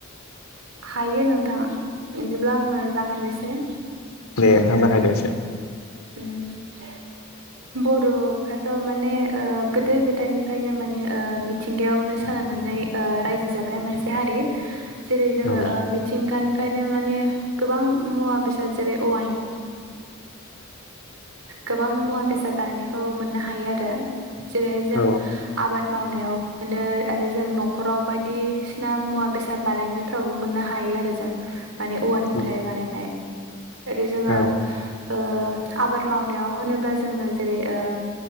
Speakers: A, on the right; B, on the left.
A: हायो नोंथाङा बिदिब्ला आङो जागायनोसै
B: दे ओंथां जाखायदो एसे
A: उम बर'फ्राथ' माने गोदो गोदायनिफ्रायनो माने मिथिंगायावनो साना रायजो जाबोनाय मोनसे हारि जेरै जोङो
B: औ
A: मिथिंगानिफ्रायनो माने गोबां मुवा बेसाद जेरै औवानि गोबां मुवा बेसाद बानायनायखौ मोननो हायो आरो जेरैहाय जों
B: औ
A: आबाद मावनायाव मोनो आरो जों न'खराव बायदिसिना मुवा बेसाद बानायनायफ्रावबो मोननो हा यो आरो जों माने औवानिफ्राय
B: औ
A: बानायनाय ओरै जोङो
B: औ
A: ओ आबाद मावनायाव होनोब्ला जोङो जेरै ओ